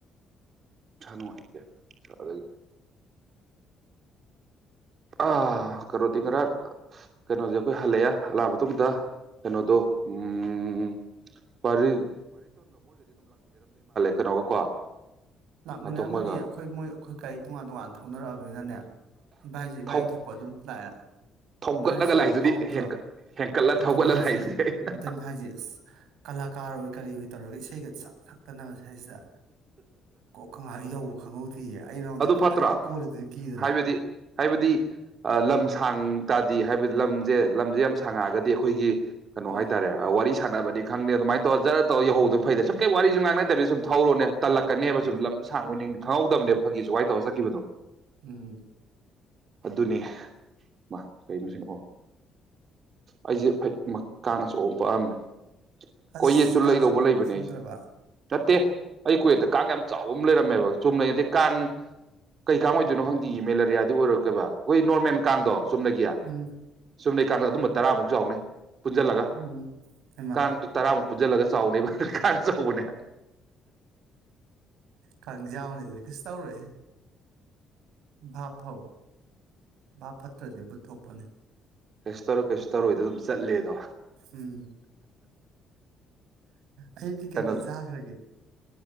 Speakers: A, on the right (about 35°); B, on the right (about 85°).
A: ꯏꯁ ꯅꯨꯡꯉꯥꯏꯇꯦ ꯑꯗꯒꯤ ꯑꯥ ꯈꯔꯣꯗꯤ ꯈꯔ ꯀꯩꯅꯣꯁꯦꯈꯣꯏ ꯍꯂꯑꯦ ꯍꯜꯂꯛꯑ ꯃꯇꯨꯡꯗ ꯀꯩꯅꯣꯗꯣ ꯎꯝ ꯄꯔꯤ ꯀꯩꯅꯣꯒ ꯀꯣ
B: ꯂꯥꯛꯃꯤꯟꯅꯔ
A: ꯅꯥꯇꯣꯝ
B: ꯐꯅꯤ
A: ꯍꯣꯏꯒ
B: ꯑꯩꯈꯣꯏ ꯃꯣꯏ ꯑꯩꯈꯣꯏ ꯒꯥꯔꯤ ꯇꯣꯉꯥꯟ ꯇꯣꯉꯥꯟꯅ ꯊꯧꯅꯔꯛꯑꯕꯅꯤꯅꯅꯦ ꯁꯤꯚꯥꯏꯁꯦ ꯏꯕꯥꯥꯏꯅ
A: ꯊꯧ
B: ꯊꯣꯛꯄ ꯑꯗꯨꯝ ꯂꯥꯛꯑꯦ
A: ꯊꯧꯒꯠꯂꯒ
B: ꯏꯕꯥꯅꯤꯁꯨ ꯌꯥꯝ
A: ꯂꯥꯛꯏꯗꯨꯗꯤ
B: ꯐꯥꯎꯗ꯭ꯔꯣ
A: ꯍꯦꯟꯀꯠ ꯍꯦꯟꯀꯠꯂ
B: ꯑꯗꯨꯅ
A: ꯊꯧꯒꯠꯂ
B: ꯍꯥꯏꯁ
A: ꯂꯥꯛꯏꯗꯨꯗꯤ ꯑꯩꯅ
B: ꯑꯗꯨꯅ ꯍꯥꯏꯁ ꯑꯁ ꯀꯂꯥꯀꯥꯔ ꯑꯣꯏ ꯀꯔꯤ ꯑꯣꯏ ꯇꯧꯔꯒ ꯏꯁꯩꯒ ꯆꯥꯛ ꯊꯛ ꯇꯅꯁꯥꯏꯁꯤꯗ ꯀꯣꯛꯍꯥꯛ ꯌꯧꯕ ꯈꯪꯍꯧ ꯊꯤꯌꯦ ꯑꯩ ꯅꯉꯣꯟꯗ
A: ꯑꯗꯨ ꯐꯠꯇ꯭ꯔꯣ
B: ꯀꯟꯅ ꯀꯣꯜꯂꯤꯗꯨꯗꯤ ꯀꯤꯗꯅ
A: ꯍꯥꯏꯕꯗꯤ ꯍꯥꯏꯕꯗꯤ ꯑ ꯂꯝ ꯁꯥꯡ ꯇꯥꯗꯦ ꯍꯥꯏꯕꯗꯤ ꯂꯝꯁꯦ ꯂꯝꯁꯦ ꯌꯥꯝ ꯁꯥꯡꯉꯛꯑꯒꯗꯤ ꯑꯩꯈꯣꯏꯒꯤ ꯀꯩꯅꯣ
B: ꯎꯝ
A: ꯍꯥꯏꯇꯥꯔꯦ ꯋꯥꯔꯤ ꯁꯥꯟꯅꯕꯅꯤ ꯈꯪꯗꯦ ꯑꯗꯨꯃꯥꯏꯅ ꯇꯧ ꯖꯔ ꯇꯔ ꯌꯍꯧꯗꯅ
B: ꯎꯝ
A: ꯐꯩꯗ ꯁꯨꯝ ꯀꯩ ꯋꯥꯔꯤꯁꯨ ꯉꯥꯡꯅꯗꯕꯤꯦ ꯁꯨꯝ ꯊꯧꯔꯣꯅꯦ ꯇꯜꯂꯛꯀꯅꯦ
B: ꯍꯣꯏ
A: ꯍꯥꯏꯕ ꯁꯨꯝ ꯂꯝꯁꯨ ꯁꯥꯡꯕ ꯈꯪꯍꯧꯗꯕꯅꯦꯕ ꯐꯥꯒꯤꯁꯨ ꯀꯥꯏ ꯇꯧ ꯆꯠꯈꯤꯕꯗꯣ
B: ꯎꯝ
A: ꯑꯗꯨꯅꯦ ꯃꯥ ꯀꯩꯅꯣ ꯁꯤꯅꯑꯣ ꯑꯩꯁꯦ ꯐꯩ ꯀꯥꯅꯁꯨꯣꯛꯑꯝ ꯄꯛꯑꯝꯃꯦ
B: ꯑꯁ
A: ꯀꯣꯏ ꯌꯦꯠ ꯆꯨꯂꯗꯧꯕ
B: ꯀꯥꯡ ꯆꯤꯛꯄꯕꯨ
A: ꯂꯩꯕꯅꯦ
B: ꯈꯪꯗ꯭ꯔꯕ
A: ꯑꯩꯁꯦ ꯅꯠꯇꯦ ꯑꯩ ꯀꯣꯏꯌꯦꯠꯇ ꯀꯥꯡ ꯌꯥꯝ ꯆꯥꯎꯕ ꯑꯃ ꯂꯩꯔꯝꯃꯦꯕ ꯆꯨꯝꯅꯩ ꯑꯗꯩ ꯀꯥꯡ ꯀꯩ ꯀꯥꯡ ꯑꯣꯏꯗꯣꯏꯅꯣ ꯍꯪꯗꯤ ꯃꯦꯂꯦꯔꯤꯌꯥꯗꯨ ꯑꯣꯏꯔꯛꯀꯦꯕ ꯑꯩꯈꯣꯏ ꯅꯣꯔꯃꯦꯜ ꯀꯥꯡꯗꯣ ꯆꯨꯝꯅꯒꯤꯌꯥ
B: ꯎꯝ
A: ꯆꯨꯝꯅꯩꯀꯗ ꯑꯗꯨꯝꯕ ꯇꯔꯥꯃꯨꯛ ꯆꯥꯎꯅ ꯄꯨꯟꯁꯤꯜꯂꯒ
B: ꯎꯝ ꯍꯩꯃꯥ
A: ꯀꯥꯡꯗꯣ ꯇꯔꯥꯃꯨꯛ ꯄꯨꯟꯖꯜꯂꯒ ꯆꯥꯎꯅꯦꯕ ꯀꯥꯡꯅ ꯑꯆꯧꯕꯅꯦ
B: ꯀꯥꯡ ꯌꯥꯎꯅꯤꯗꯗꯤ ꯀꯩꯁꯨ ꯇꯧꯔꯣꯏꯍꯦ ꯚꯥꯞꯄꯧ ꯕꯥꯞ ꯐꯠꯇ꯭ꯔꯗꯤ ꯕꯨꯠ ꯊꯣꯛꯣꯛꯄꯅꯤ
A: ꯑꯁ ꯇꯔꯨꯛ ꯀꯩꯁꯨ ꯇꯔꯣꯏꯗ ꯑꯗꯨꯝ ꯆꯠꯂꯦꯗꯣ
B: ꯎꯝ ꯑꯌꯨꯛꯀꯤ ꯀꯩꯀꯩ
A: ꯀꯩꯅꯣꯗ
B: ꯆꯥꯈ꯭ꯔꯒꯦ